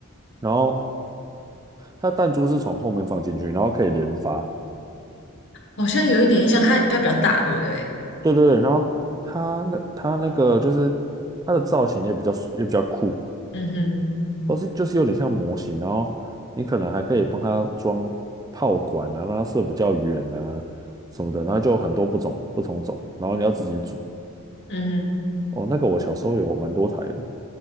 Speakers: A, on the right; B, on the left.
A: 然后它弹珠是从后面放进去，然后可以连发，
B: 好像有一点印象，它它比较大，对不对？
A: 对对对，然后它那它那个就是它的造型也比较也比较酷。
B: 嗯哼，
A: 都是就是有点像模型，然后你可能还可以帮它装炮管啊，让它射比较远啊什么的，然后就有很多不种不同种，然后你要自己组。
B: 嗯哼，
A: 哦，那个我小时候有蛮多台的，